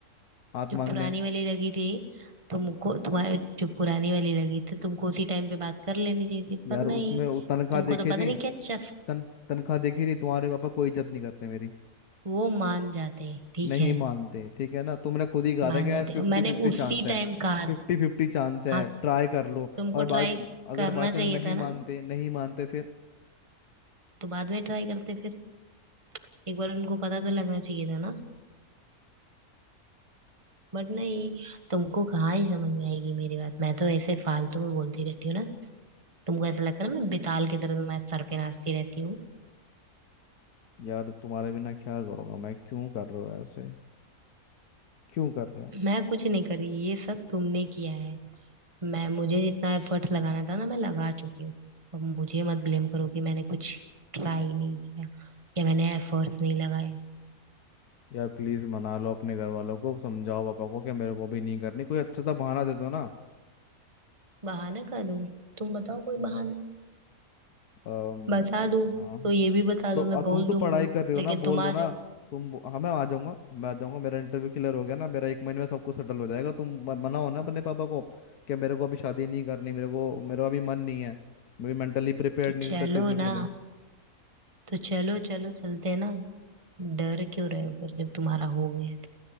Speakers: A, on the left; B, on the right.
A: हाथ
B: जो
A: मांगने
B: पुरानी वाली लगी थी तुमको तुम्हारे जो पुरानी वाली लगी थी तुमको उसी टाइम पे बात कर लेनी चाहिए थी
A: यार
B: पर
A: उसमें
B: नहीं
A: वो तनख्वाह
B: तुमको
A: देखी
B: तो पता
A: थी
B: नहीं क्या चस
A: तन तनख्वाह देखी थी तुम्हारे पापा कोई इज्जत नहीं करते मेरी
B: वो मान जाते ठीक
A: नहीं
B: है
A: मानते ठीक है ना तुमने खुद ही कहा
B: मान
A: था कि
B: जाते
A: यार फिफ्टी
B: मैंने
A: फिफ्टी
B: उसी
A: चांस है
B: टाइम कहा
A: फिफ्टी फिफ्टी चांस है
B: हाँ
A: ट्राई कर लो
B: तुमको
A: और
B: ट्राई
A: बाय
B: करना
A: अगर बाई चांस
B: चाहिए
A: नहीं
B: था
A: मानते
B: ना
A: नहीं मानते फिर
B: तो बाद में ट्राई करते फिर एक बार उनको पता तो लगना चाहिए था ना बट नहीं तुमको कहाँ ही समझ में आएगी मेरी बात मैं तो ऐसे फालतू में बोलती रहती हूँ ना तुमको ऐसा लगता है ना मैं बेताल की तरह तुम्हारे सर पे नाचती रहती हूँ
A: यार तुम्हारे बिना क्या करूंगा मैं क्यों कर रहे हो ऐसे क्यों कर रहे हो
B: मैं कुछ नहीं करी ये सब तुमने किया है मैं मुझे जितना एफर्ट्स लगाना था ना मैं लगा चुकी हूँ तो मुझे मत ब्लेम करो कि मैंने कुछ ट्राई नहीं किया या मैंने एफर्ट्स नहीं लगाए
A: यार प्लीज मना लो अपने घर वालों को समझाओ पापा को कि मेरे को भी नहीं करनी कोई अच्छा सा बहाना दे दो ना
B: बहाना कर दूं तुम बताओ कोई बहाना
A: अम,
B: बता दूं
A: हाँ
B: तो ये भी बता
A: तो
B: दूं
A: अ,
B: मैं बोल
A: तुम तो
B: दूंगी
A: पढ़ाई कर रहे हो
B: लेकिन
A: ना बोल
B: तुम आ
A: दो ना
B: जाओ
A: तुम हाँ मैं आ जाऊंगा मैं आ जाऊंगा मेरा इंटरव्यू क्लियर हो गया ना मेरा एक महीने में सब कुछ सेटल हो जाएगा तुम म- मनाओ ना अपने पापा को कि मेरे को अभी शादी नहीं करनी मेरे को मेरा अभी मन नहीं है मैं मेंटली प्रिपेयर्ड
B: तो
A: नहीं
B: चलो
A: हूँ इन सब चीज़ों के
B: ना
A: लिए
B: तो चलो चलो चलते हैं ना डर क्यों रहे हो फिर जब तुम्हारा हो गया है तो